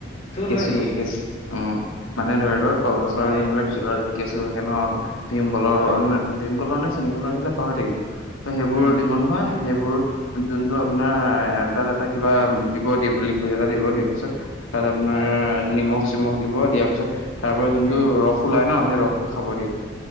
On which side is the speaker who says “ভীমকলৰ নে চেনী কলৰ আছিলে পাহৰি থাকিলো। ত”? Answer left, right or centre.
Left